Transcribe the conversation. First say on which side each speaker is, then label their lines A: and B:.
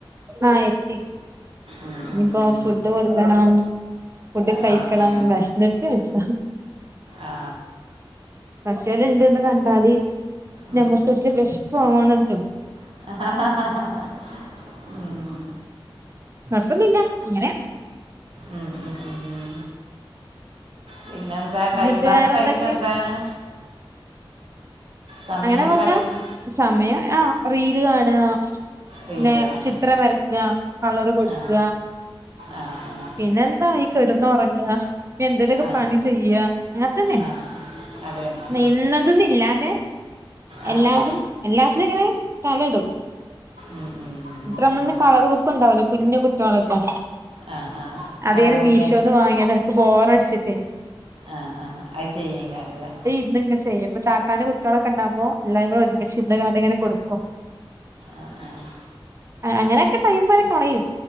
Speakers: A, on the right (about 30°); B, on the right (about 85°).
A: ആഹ് എത്തി
B: ഉം, ഉം,
A: ഇനിപ്പോ
B: ഉം.
A: ഫുഡ് കൊടുക്കണം. ഫുഡ് കഴിക്കണം
B: ആ ആ
A: ഭക്ഷണത്ത് അച്ഛാ.
B: ആ
A: പശേല്ണ്ട്ന്ന് കണ്ടാല്
B: ഉം.
A: നമുക്കേറ്റെ വെഷ്പ്പാണല്ലോ.
B: ഉം.
A: കൊഴ്പ്പുന്നുല്ല അങ്ങനെ.
B: ഉം, ഉം, ഉം, ഉം. പിന്നെന്താ
A: എന്നിട്ട്
B: ടൈം പാസായിട്ടെന്താണ്.
A: വേറെന്തൊക്കെ
B: സമയം
A: അങ്ങനെ പർഞ്ഞ
B: കളയുന്നു
A: സമയ ആഹ് റീല് കാണാ.
B: റീലാണ്
A: ന്നെ ചിത്രം വരക്ക കളറ് കൊടുക്ക.
B: ആ ആ ആ
A: പിന്നെന്താ ഇ കെട്ന്നൊറങ്ങ. എന്തേലൊക്കെ
B: ആ
A: പണി ചെയ്യ അങ്ങൻത്തന്നെ
B: ആ അതന്നെ
A: ന്ന ഇന്നത് ന്ന്ല്ലാതെ.
B: ആ
A: എല്ലാരും
B: ആ
A: എല്ലാത്തിലുങ്ങനെ തലടും.
B: ഉം ഉം ഉം. ഉം,
A: ത്രംൽന്
B: ഉം.
A: കളറ് ബുക്കുണ്ടാവൂലേ കുഞ്ഞു കുട്ടിയാളൊക്കെ.
B: ആ ആ
A: അതേന്
B: കളറിങ്
A: മീഷോന്ന് വാങ്ങ്യത ഇൻക്ക് ബോറടിച്ചിട്ടേ.
B: ആഹ് ആഹ് അയ് ചെയ്യയ്ക്കാരല്ലേ.
A: ഇത്ങ്ങ് ചെയ്യും ഇപ്പൊ താത്താന്റെ കുട്ടിയാളൊക്ക്ണ്ടാവുമ്പോ എല്ലാരുകൂടെ ഒരുമിച്ചിരിന്ന്ങ്ങാണ്ട്ങ്ങെനെ കൊടുക്കും.
B: ആഹ് ആഹ്.
A: അ അങ്ങനൊക്കെ ടൈമനെ കളയും